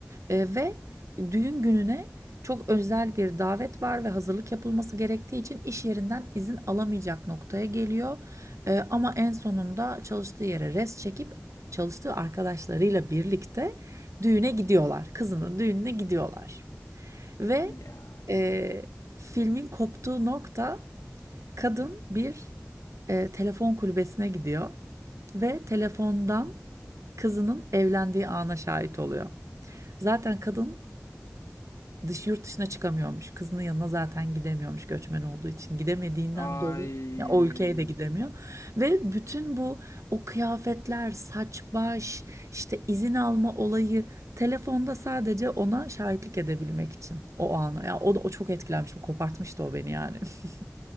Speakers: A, on the right (about 80°); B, on the left (about 85°).
A: Eee, ve düğün gününe çok özel bir davet var ve hazırlık yapılması gerektiği için iş yerinden izin alamayacak noktaya geliyor. Eee, ama en sonunda çalıştığı yere res çekip çalıştığı arkadaşlarıyla birlikte düğüne gidiyorlar. Kızının düğününe gidiyorlar. Ve
B: E yani.
A: eee, filmin koptuğu nokta kadın bir eee, telefon kulübesine gidiyor ve telefondan kızının evlendiği ana şahit oluyor. Zaten kadın dış yurt dışına çıkamıyormuş. Kızının yanına zaten gidemiyormuş göçmen olduğu için. Gidemediğinden
B: Ay
A: dolayı ya o ülkeye de gidemiyor. Ve bütün bu o kıyafetler, saç baş, işte izin alma olayı telefonda sadece ona şahitlik edebilmek için o ana. Ya o da o çok etkilenmiş. Bu kopartmıştı o beni yani. <laughs>